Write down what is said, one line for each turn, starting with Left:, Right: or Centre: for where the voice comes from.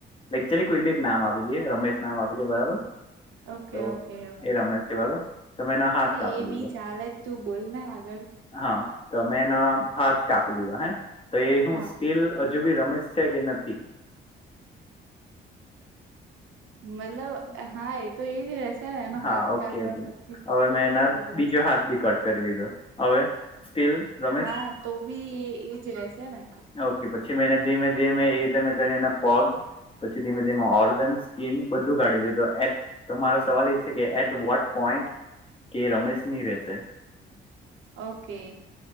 Left: લાય ચલ કોઈ બી એક નામ આપી દઈએ રમેશ નામ આપી દે બરાબર
Right: ઓકે
Left: તો
Right: ઓકે ઓકે
Left: એ રમત છે બરાબર તમે એનો હાથ
Right: અરે
Left: કાપી
Right: એ
Left: લીજો
Right: બી ચાલે જ તું બોલ ને આગળ
Left: હા તો મેં એનો હાથ કાપી લીધો હે તો એ હું
Right: હા
Left: સ્ટીલ હજુ બી રમેશ છે કે નથી.?
Right: મતલબ
Left: <unintelligible>
Right: હા એ તો એજ રહેશે ને એનો
Left: હા
Right: હાથ
Left: ઓકે
Right: કાપ્યા
Left: ઓકે
Right: પછી
Left: હવે
Right: થોડો
Left: મેં એના
Right: એ બદલાશે
Left: બીજો હાથ બી કટ કરી લીધો હવે સ્ટીલ રમેશ
Right: હા તો ભી એજ રેશે ને?
Left: ઓકે પછી મેંને ધીમે ધીમે એ રીતે મેં કરી એના પગ પછી ધીમે ધીમે ઓર્ગન સ્કીિન બધું કાઢી લીધું એ તમારો સવાલ એ છે કે એટ વોટ પોઈન્ટ કે રમેશની રહેશે.
Right: ઓકે!